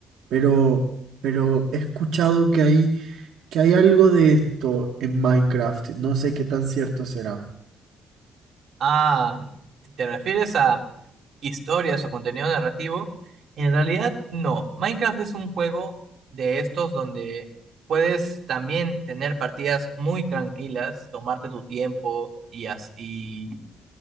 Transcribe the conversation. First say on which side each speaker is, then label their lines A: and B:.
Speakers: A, on the right (about 75°); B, on the right (about 60°).
A: pero, pero he escuchado que hay, que hay algo de esto en Minecraft. No sé qué tan cierto será.
B: Ah, si te refieres a historias o contenido narrativo, en realidad no. Minecraft es un juego de estos donde puedes también tener partidas muy tranquilas, tomarte tu tiempo y, as- y